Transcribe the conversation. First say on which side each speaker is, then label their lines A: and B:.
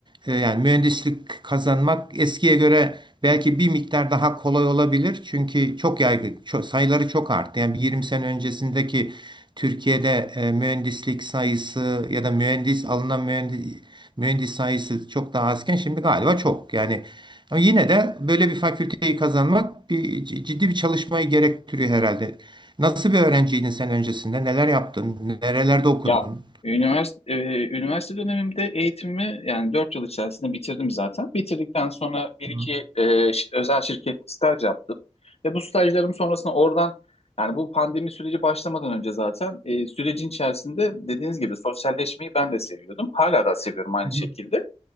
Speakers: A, on the right (about 40°); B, on the left (about 60°).
A: e, yani mühendislik kazanmak eskiye göre belki bir miktar daha kolay olabilir. Çünkü çok yaygın, çok, sayıları çok arttı. Yani bir 20 sene öncesindeki Türkiye'de e, mühendislik sayısı ya da mühendis alınan mühendis Mühendis sayısı çok daha azken şimdi galiba çok. Yani ama yine de böyle bir fakülteyi kazanmak bir ciddi bir çalışmayı gerektiriyor herhalde. Nasıl bir öğrenciydin sen öncesinde? Neler yaptın? Nerelerde okudun?
B: Ya üniversite, e, üniversite dönemimde eğitimimi yani 4 yıl içerisinde bitirdim zaten. Bitirdikten sonra bir
A: Hı
B: iki e, ş- özel şirkette staj yaptım. Ve bu stajlarım sonrasında oradan yani bu pandemi süreci başlamadan önce zaten e, sürecin içerisinde dediğiniz gibi sosyalleşmeyi ben de seviyordum. Hala da seviyorum aynı
A: hı.
B: şekilde.